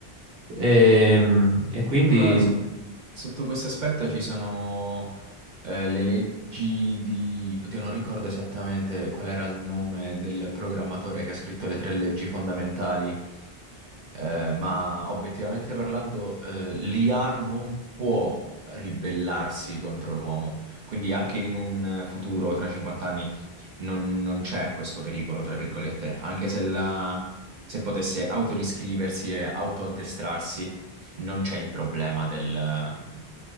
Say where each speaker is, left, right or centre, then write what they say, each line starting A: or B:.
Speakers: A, on the right; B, on the right.
A: ehm, e quindi...
B: ah, so-
A: <laughs>
B: sotto questo aspetto ci sono eh, le leggi di... Oddio, non ricordo esattamente qual era il nome del programmatore che ha scritto le tre leggi fondamentali, eh, ma obiettivamente parlando, eh, l'IA non può ribellarsi contro l'uomo. Quindi anche in un futuro, tra 50 anni, non, non c'è questo pericolo, tra virgolette, anche se, la- se potesse autoriscriversi e autoaddestrarsi, non c'è il problema del-